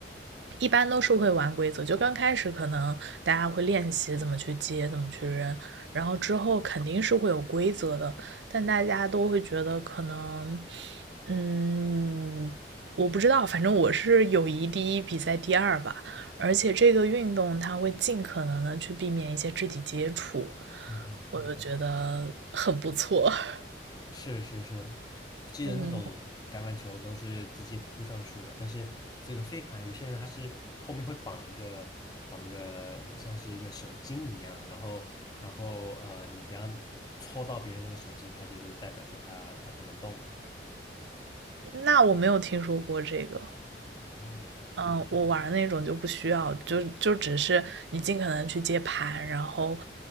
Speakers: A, on the right (about 80°); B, on the left (about 20°).
A: 一般都是会玩规则，就刚开始可能大家会练习怎么去接，怎么去扔，然后之后肯定是会有规则的，但大家都会觉得可能，嗯，我不知道，反正我是友谊第一，比赛第二吧。而且这个运动它会尽可能的去避免一些肢体接触，
B: 嗯哼，
A: 我就觉得很不错。<laughs>
B: 是是是，我记得那种橄榄球都是直接扑上去的，
A: 嗯，
B: 但是这个飞盘有些人他是后面会绑一个绑个像是一个手巾一样，然后然后呃，你只要抽到别人那个手巾，他就是代表说他他不能动了这样。
A: 那我没有听说过这个。
B: 哦，
A: 嗯，我玩儿那种就不需要，就就只是你尽可能去接盘，然后，